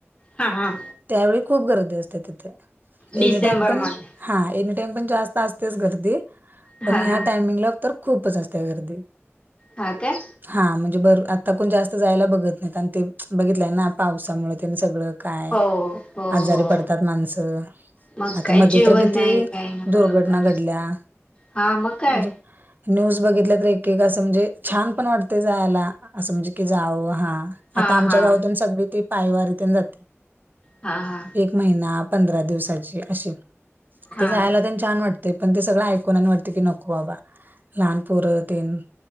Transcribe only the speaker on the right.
त्यावेळी खूप गर्दी असत्या तिथे,
एनी टाइम पण
हा एनी टाइम पण जास्त असतेच गर्दी पण
ह्या
टायमिंगला तर खूपच असत्या गर्दी.
हा म्हणजे बर आता कोण जास्त जायला बघत नाहीत आणि ते बघितलंय ना पावसामुळे ते आणी सगळं- काय,
आजारी
पडतात माणसं.
आता
मध्ये
तर किती
दुर्घटना
घडल्या.
म्हणजे- न्यूज बघितल्या तर एक एक असं म्हणजे छान पण वाटतंय जायाला, असं म्हणजे की जाव हा.
आता आमच्या
गावातून सगळी ती पायवारीतुन जाते.
महिना पंधरा दिवसाची अशी.
ते जायाला त्यांच्या- छान वाटतंय पण ते सगळं ऐकून आणि वाटतंय की नको बाबा लहान पोरं तेन-